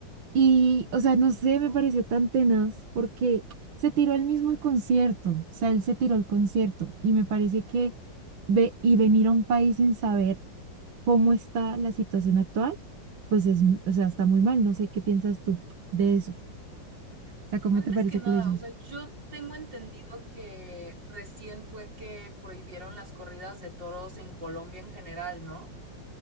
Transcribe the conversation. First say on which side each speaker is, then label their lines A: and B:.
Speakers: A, on the right; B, on the right.
A: Y, o sea, no sé, me pareció tan tenaz porque se tiró él mismo el concierto, o sea, él se tiró el concierto y me parece que ve y venir a un país sin saber cómo está la situación actual, pues es, o sea, está muy mal, no sé qué piensas tú de eso, o sea, ¿cómo
B: Antes
A: te parece
B: que nada,
A: que lo hizo?
B: o sea, yo tengo entendido que recién fue que prohibieron las corridas de toros en Colombia en general, ¿no?